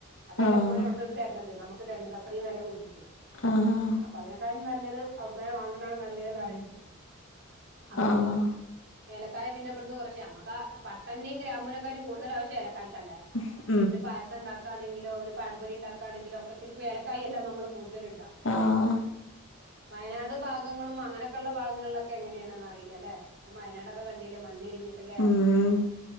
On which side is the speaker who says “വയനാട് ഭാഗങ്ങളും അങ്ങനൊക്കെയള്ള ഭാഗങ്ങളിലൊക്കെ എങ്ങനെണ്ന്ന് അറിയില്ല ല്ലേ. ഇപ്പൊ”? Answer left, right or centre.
Right